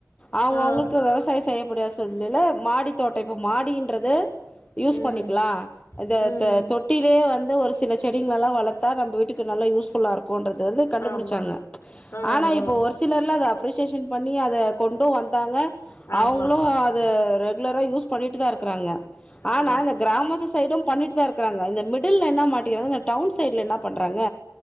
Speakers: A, on the left (about 20°); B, on the left (about 50°).
A: அவங்க
B: ஆ
A: அவங்களுக்கு விவசாயம் செய்ய க்கூடியா சூல்நெலே மாடி தோட்டோ இப்போ மாடின்றது யூஸ்
B: ம்
A: பண்ணிக்கலா த
B: ம்
A: த தொட்டிலேயே வந்து ஒரு சில செடிங்களெல்லா வளத்தா நம்ம வீட்டுக்கு நல்ல யூஸ்ஃபுல்ல இருக்கு போன்றதுலந்து கண்டுபிடிச்சாங்க
B: ஆமா ஆ
A: ஆனா
B: ஆ
A: இப்போ வருஷ் சிட்டிலல்லா அத அப்ரிசியேஷன் பண்ணி அத கொண்டு வந்தாங்க
B: ஆமா
A: அவங்களு து ரெகுலரா யூஸ் பண்ணிட்டு தா இருக்கறாங்க
B: ஆமா
A: ஆனா இந்த கிராமத்து சைடும் பண்ணிட்டு தான் இருக்குறாங்க இந்த மிடில்ல என்ன மாட்டிக்கிறாங்க இந்த டவுன் சைடுல என்ன பண்றாங்க